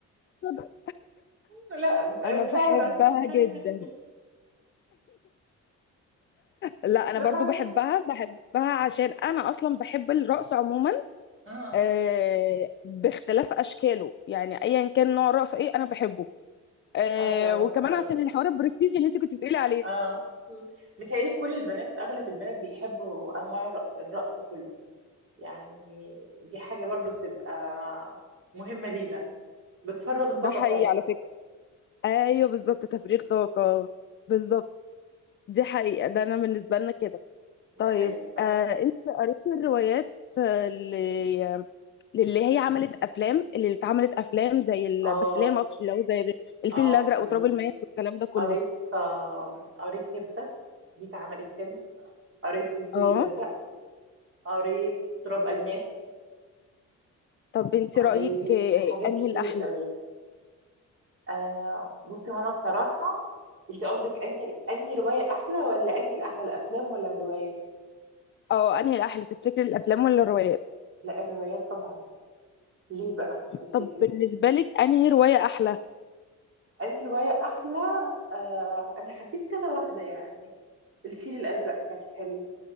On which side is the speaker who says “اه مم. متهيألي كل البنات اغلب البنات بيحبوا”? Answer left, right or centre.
Right